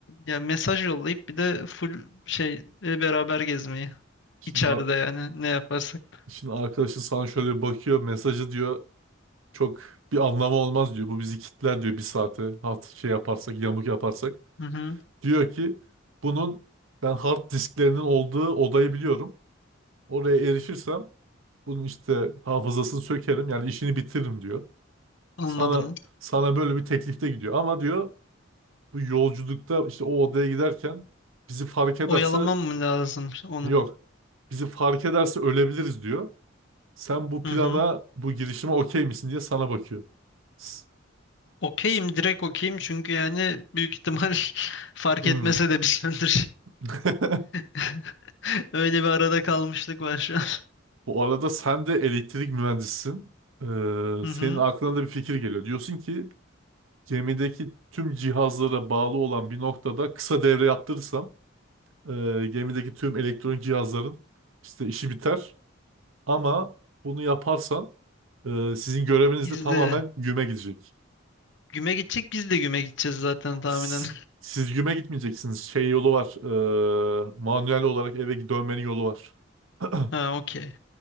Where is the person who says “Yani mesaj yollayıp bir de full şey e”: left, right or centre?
Left